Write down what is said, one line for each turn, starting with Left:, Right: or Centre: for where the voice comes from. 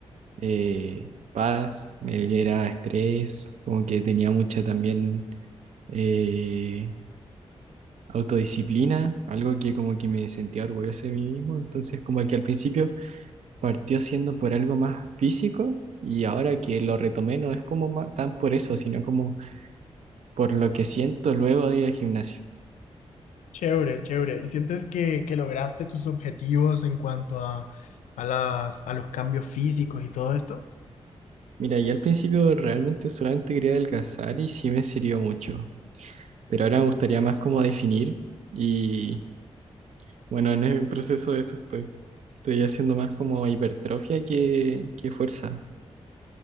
Right: eh, paz, me libera estrés, como que tenía mucha también eh, autodisciplina, algo que como que me sentía orgulloso de mí mismo, entonces como que al principio partió siendo por algo más físico. Y ahora que lo retomé, no es como ma- tan por eso, sino como por lo que siento luego de ir al gimnasio.
Left: Chévere, chévere. ¿Y sientes que, que lograste tus objetivos en cuanto a, a las, a los cambios físicos y todo esto?
Right: Mira, yo al principio realmente solamente quería adelgazar y sí me sirvió mucho, pero ahora me gustaría más como definir y bueno, en el proceso de eso estoy. Estoy haciendo más como hipertrofia que, que fuerza